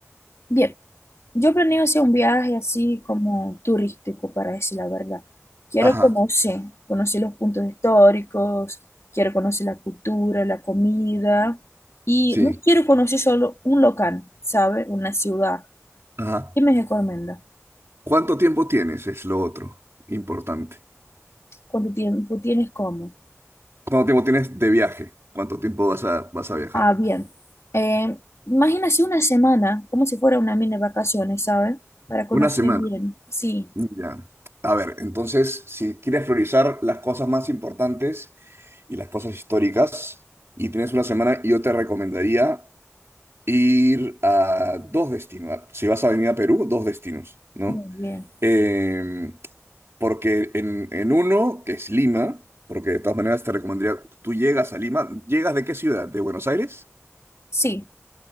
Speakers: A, on the left; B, on the right.
A: Bien, yo planeo hacer un viaje así como turístico, para decir la verdad. Quiero
B: Ajá,
A: conocer, conocer los puntos históricos, quiero conocer la cultura, la comida y
B: sí,
A: no quiero conocer solo un local, sabe, Una ciudad.
B: ajá.
A: Dime, qué Cormenda,
B: ¿Cuánto tiempo tienes? Es lo otro importante.
A: ¿cuánto tiempo tienes como?
B: ¿Cuánto tiempo tienes de viaje? ¿Cuánto tiempo vas a, vas a viajar?
A: Ah, bien. Eh, imagínase una semana, como si fuera una mini vacaciones, ¿sabes? Para conocer
B: Una semana.
A: bien. Sí,
B: Ya. A ver, entonces, si quieres priorizar las cosas más importantes y las cosas históricas, y tienes una semana, yo te recomendaría ir a dos destinos. Si vas a venir a Perú, dos destinos, ¿no?
A: muy bien.
B: Em, porque en, en uno, que es Lima, porque de todas maneras te recomendaría, tú llegas a Lima, ¿llegas de qué ciudad? ¿De Buenos Aires?
A: Sí,